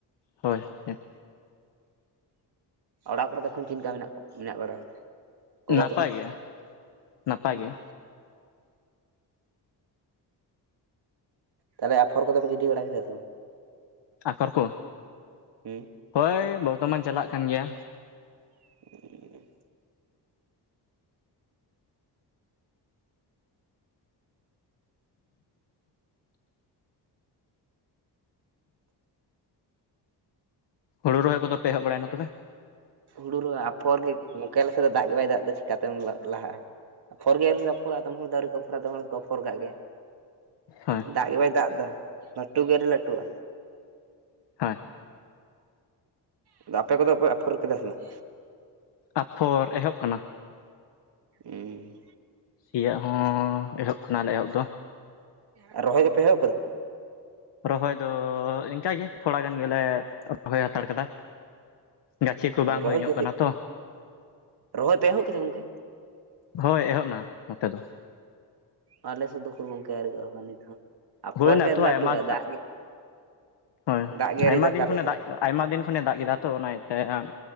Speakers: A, on the left; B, on the right.
A: ᱦᱳᱭ ᱦᱮᱸ᱾
B: ᱚᱲᱟᱜ ᱠᱚᱨᱮ ᱫᱚ ᱮᱠᱷᱚᱱ ᱪᱤᱱᱠᱟ ᱢᱮᱱᱟᱜ-ᱢᱮᱱᱟᱜ ᱵᱟᱲᱟ ᱠᱚᱛᱮ? ᱜᱚᱜᱚ
A: ᱱᱟᱯᱟᱭ
B: ᱛᱟᱠᱚ
A: ᱜᱮ ᱱᱟᱯᱟᱭ
B: ᱩᱸ
A: ᱜᱮ
B: ᱛᱟᱦᱞᱮ ᱟᱯᱷᱚᱨ ᱠᱚ ᱫᱚ ᱯᱮ ᱜᱤᱰᱤ ᱵᱟᱲᱟ ᱠᱮᱫᱟ ᱥᱮ ᱵᱟᱝ?
A: ᱟᱠᱚᱨ ᱠᱚ,
B: ᱦᱩᱸ
A: ᱦᱳᱭ ᱵᱚᱨᱛᱚᱢᱟᱱ ᱪᱟᱞᱟᱜ ᱠᱟᱱ ᱜᱮᱭᱟ᱾
B: <inaudible>
A: ᱦᱩᱲᱩ ᱨᱚᱦᱚᱭ ᱠᱚ ᱫᱚ ᱯᱮ ᱮᱦᱚᱵ ᱵᱟᱲᱟᱭᱱᱟ ᱛᱚᱵᱮ?
B: ᱦᱩᱲᱩ ᱨᱮ ᱟᱯᱷᱚᱨ ᱜᱮ ᱜᱚᱝᱠᱮ ᱟᱞᱮᱥᱮ ᱫᱚ ᱫᱟᱜ ᱜᱮ ᱵᱟᱭ ᱫᱟᱜ ᱫᱟ ᱪᱤᱠᱟᱛᱮᱢ ᱞᱟᱦᱟᱜ-ᱟ? ᱟᱯᱷᱚᱨᱜᱮ ᱟᱹᱣᱨᱤ ᱞᱮ ᱟᱯᱷᱚᱨᱟ ᱟᱫᱚᱢ ᱦᱚᱲ ᱫᱚ ᱟᱹᱣᱨᱤ ᱠᱚ ᱟᱯᱷᱚᱨᱟ ᱟᱫᱚᱢ ᱦᱚᱲ ᱫᱚ ᱠᱚ ᱟᱯᱷᱚᱨ ᱠᱟᱜ ᱜᱮᱭᱟ᱾
A: ᱦᱳᱭ
B: ᱫᱟᱜ ᱜᱮ ᱵᱟᱭ ᱫᱟᱜ ᱫᱟ ᱞᱟᱹᱴᱩ ᱜᱮ ᱟᱣᱨᱤ ᱞᱟᱹᱴᱩᱜ-ᱟ᱾
A: ᱦᱮᱸ
B: ᱟᱫᱚ ᱟᱯᱮ ᱠᱚᱫᱚ ᱯᱮ ᱟᱯᱷᱳᱨ ᱠᱮᱫᱟ ᱥᱮ ᱵᱟᱝ?
A: ᱟᱯᱷᱚᱨ ᱮᱦᱚᱵ ᱠᱟᱱᱟ᱾
B: ᱩᱸ
A: ᱥᱤᱭᱟᱜ ᱦᱚᱸ ᱮᱦᱚᱵ ᱠᱟᱱᱟᱞᱮ ᱮᱦᱚᱵ ᱫᱚ᱾
B: ᱟᱨ ᱨᱚᱦᱚᱭ ᱫᱚᱯᱮ ᱮᱦᱚᱵ ᱠᱟᱫᱟ?
A: ᱨᱚᱦᱚᱭ ᱫᱚ ᱤᱝᱠᱟ ᱜᱮ ᱛᱷᱚᱲᱟ ᱜᱟᱱ ᱜᱮᱞᱮ ᱨᱚᱦᱚᱭ ᱦᱟᱛᱟᱲ ᱠᱟᱫᱟ᱾ ᱜᱟᱪᱷᱤ ᱠᱚ ᱵᱟᱝ
B: ᱨᱚᱦᱚᱭ
A: ᱦᱩᱭ ᱧᱚᱜ
B: ᱜᱮ
A: ᱠᱟᱱᱟ ᱛᱚ,
B: ᱨᱚᱦᱚᱭ ᱯᱮ ᱮᱦᱚᱵ ᱠᱮᱫᱟ ᱜᱚᱝᱠᱮ?
A: ᱦᱳᱭ ᱮᱦᱚᱵ ᱱᱟ ᱱᱚᱛᱮ ᱫᱚ᱾
B: ᱟᱞᱮ ᱥᱮᱜ ᱫᱚ ᱩᱠᱩᱨ ᱜᱚᱝᱠᱮ ᱟᱣᱨᱤ ᱠᱚ ᱮᱦᱚᱵᱟ ᱱᱤᱛ ᱦᱚᱸ᱾ ᱟᱯᱷᱚᱨ
A: ᱦᱩᱭᱱᱟ
B: ᱜᱮ ᱟᱹᱨᱤ
A: ᱛᱚ ᱟᱭᱢᱟ
B: ᱞᱟᱹᱴᱩᱜ-ᱟ ᱫᱟᱜ ᱜᱮ
A: ᱦᱳᱭ
B: ᱫᱟᱜ ᱜᱮ
A: ᱟᱭᱢᱟ
B: ᱟᱹᱨᱤ ᱫᱟᱜ-ᱟᱭ
A: ᱫᱤᱱ
B: ᱟᱞᱮ
A: ᱠᱷᱚᱱᱮ
B: ᱥᱮᱫ
A: ᱫᱟᱜ
B: ᱫᱚ᱾
A: ᱟᱭᱢᱟ ᱫᱤᱱ ᱠᱷᱚᱱᱮ ᱫᱟᱜ ᱠᱮᱫᱟ ᱛᱚ ᱚᱱᱟ ᱤᱭᱟᱹᱛᱮ᱾